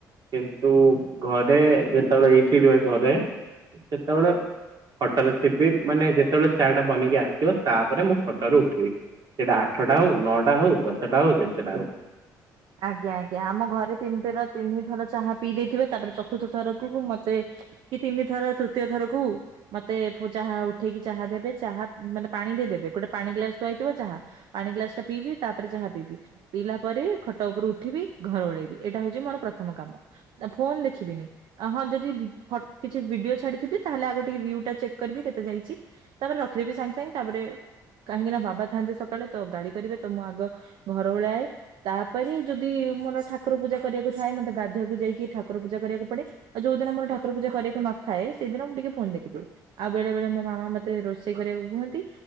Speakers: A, on the right (about 55°); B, on the right (about 70°).
A: କିନ୍ତୁ ଘରେ ଯେତେବେଳେ ଏଇଠି ରୁହେ ଘରେ ସେତେଳେ ଖଟରେ ଥିବି ମାନେ ଯେତବଳେ ଚା ଟା ବନିକି ଆସିବ ତାପରେ ମୁଁ ଖଟ ରୁ ଉଠିବି। ସେଟା ଆଠଟା ହଉ ନଅଟା ହଉ ଦଶଟା ହଉ ଯେତେଟା ହଉ।
B: ଆଜ୍ଞା ଆଜ୍ଞା ଆମ ଘରେ ତିନିଥର ତିନି ଥର ଚାହା ପିଇ ଦେଇଥିବେ। ତାପରେ ଚତୁର୍ଥ ଥରକୁ ମତେ କି ତିନି ଥର ତୃତୀୟ ଥରକୁ ମତେ ଫୁ ଚାହା ଉଠେଇକି ଚାହା ଦେବେ, ଚାହା ମାନେ ପାଣି ଦେଇଦେବେ ଗୋଟେ ପାଣି ଗ୍ଲାସ ଥୁଆହେଇଥିବ ଚାହା ପାଣି ଗ୍ଲାସ ଟା ପିଇବି, ତାପରେ ଚାହା ପିବି, ପିଇଲା ପରେ ଖଟ ଉପରୁ ଉଠିବି ଘର ଓଳେଇବି, ଏଇଟା ହଉଛି ମୋର ପ୍ରଥମ କାମ, ଫୋନ ଦେଖିବିନି। ଅ ହଁ ଯଦି ଭି ଫ କିଛି ଭିଡିଓ ଛାଡିଥିବି ତାହେଲେ ଆଗ ଟିକେ ଭିୟୁ ଟିକେ ଚେକ୍ କରିବି କେତେ ଯାଇଛି। ତା ପରେ ରଖି ଦେବି ସାଙ୍ଗେ ସାଙ୍ଗେ, ତା ପରେ କାହିଁକି ନା ବାବା ଥାଆନ୍ତି ସକାଳେ ତ ଗାଳି କରିବେ ତ ମୁଁ ଆଗ ଘର ଓଳାଏ। ତା ପରେ ଯଦି ମୋର ଠାକୁର ପୂଜା କରିବାକୁ ଥାଏ, ମତେ ଗାଧିଆକୁ ଯାଇକି ଠାକୁର ପୂଜା କରିବାକୁ ପଡେ। ଆଉ ଯୋଉଦିନ ମୋର ଠାକୁର ପୂଜା କରିବାକୁ ନଥାଏ, ସେଇଦିନ ମୁଁ ଟିକେ ଫୋନ ଦେଖିଦିଏ। ଆଉ ବେଳେ ବେଳେ ମୋ ମାମା ମତେ ରୋଷେଇ କରିବାକୁ କୁହନ୍ତି।